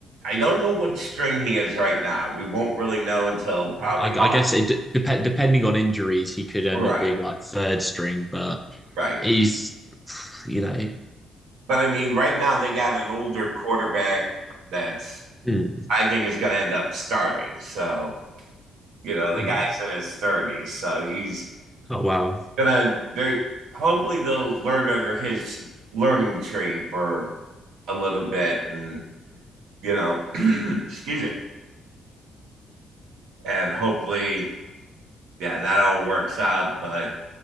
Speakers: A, on the right (about 85°); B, in the centre.
A: I don't know what string he is right now. We won't really know until probably
B: I,
A: August.
B: I guess it de- dep- depending on injuries, he could end
A: Right,
B: up being like third string, but
A: right.
B: he's, <sighs> you know,
A: But I mean, right now they got an older quarterback that's
B: mm,
A: I think is going to end up starting. So, you know, the
B: mm.
A: guy's in his 30s. So he's
B: oh wow,
A: going to, they hopefully they'll learn under his learning tree for a little bit and, you know, <clears throat> excuse me. And hopefully, yeah, that all works out. But